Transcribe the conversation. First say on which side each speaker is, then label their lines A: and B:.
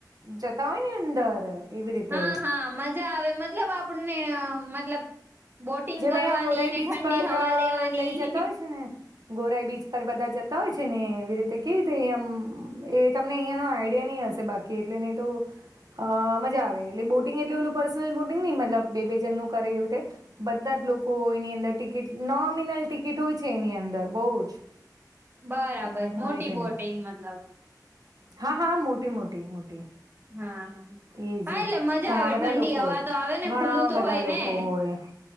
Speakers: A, on the right (about 60°); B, on the right (about 30°).
A: જતા હોય ને અંદર એવી રીતે
B: હા હા મજા આવે મતલબ આપણને મતલબ બોટિંગ
A: જે
B: કરવાની
A: મેં અહીંયા ગોરાઈ
B: ને
A: બીચ
B: ઠંડી
A: પર
B: હવા
A: અ,
B: લેવાની
A: લઈ જતા હોય છે ને ગોરાઈ બીચ પર બધા જતા હોય છે ને એવી રીતે કે તે એમ તમને અહીંયા ન આઈડિયા નહી હશે બાકી એટલે નહીં તો અ મજા આવે એટલે બોટિંગ એટલું ઓલું પર્સનલ બોટિંગ નહી મતલબ બે બી જણનું કરે એવુંતે બધા જ લોકો એની અંદર ટિકિટ નોમિ--નલ ટિકિટ હોય છે એની અંદર બહુ જ
B: બરાબર
A: અને હોય
B: મોટી
A: છે
B: બોટિંગ મતલબ
A: હા હા મોટી મોટી મોટી
B: હા. હા.
A: એ
B: હા
A: જ
B: એટલે
A: એ જ
B: મજા
A: ઘણા
B: આવે
A: બધા
B: ઠંડી
A: લોકો
B: હવા
A: હોય
B: તો આવે ને
A: ઘણા
B: ખુલ્લું તો
A: બધા
B: હોય
A: લોકો
B: ને
A: હોય